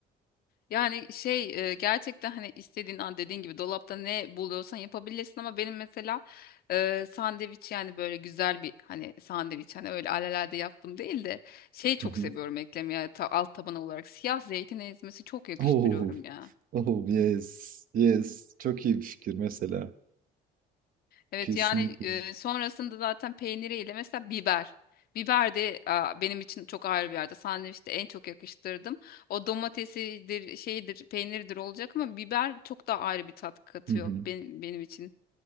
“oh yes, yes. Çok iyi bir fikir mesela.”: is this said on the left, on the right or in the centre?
Right